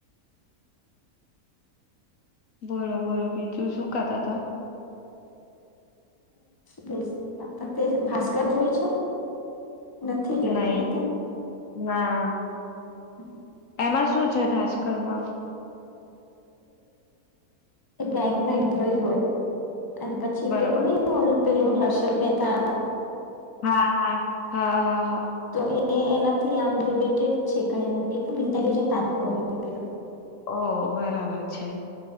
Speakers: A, on the left; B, on the left.
A: બોલો બોલો બીજું સુુંકાત હતા.
B: બસ તે ભાસ્કર જોય છે. નથી જોઈને
A: નહી. હા.
B: હ
A: એમાં શું છે ભાસ્કર માફ
B: એ બેંક ન એમ્પ્લોય હોય અને પછી
A: બરોબર
B: પેલો નહી પેલો હર્ષદ મેહેતા
A: હા હા હા હા હા
B: તો એ એનાથી આમ રિલેટેડ છે ક એકદમ ઇન્ટેલિજન્ટ આપ હોય એ પેલો
A: ઓ બરાબર છે.